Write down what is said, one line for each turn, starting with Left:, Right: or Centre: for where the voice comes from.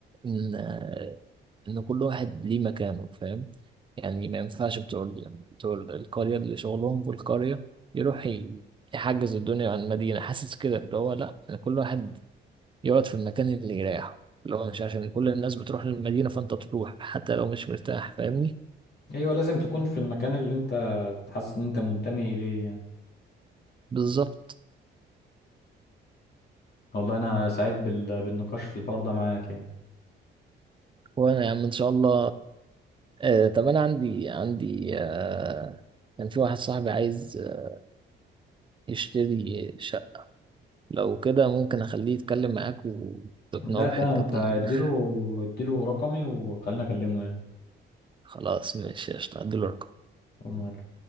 Right: ان آه، ان كل واحد ليه مكانه فاهم يعني ما ينفعش بتوع ال- بتوع القرية اللي شغلهم في القرية يروح ي- يحجز الدنيا عن المدينة حاسس كده اللي هو لا يعني كل واحد يقعد في المكان اللي يريحه اللي هو مش عشان كل الناس بتروح للمدينة فأنت تروح حتى لو مش مرتاح فاهمني
Left: ايوه لازم تكون في المكان اللي انت تحس ان انت منتمي اليه يعني
Right: بالظبط
Left: والله انا سعيد بال... بالنقاش في الحوار ده معاك يعني
Right: وأنا يا عم إن شاء الله آه طب أنا عندي عندي آه كان في واحد صاحبي عايز آه، يشتري شقة لو كده ممكن أخليه يتكلم معاك وتقنعه
Left: ده ده
Right: بحتة
Left: انت اديله
Right: إن <laughs>
Left: اديله رقمي وخلينا اكلمه يعني
Right: خلاص ماشي قشطة هديله رقم
Left: وما-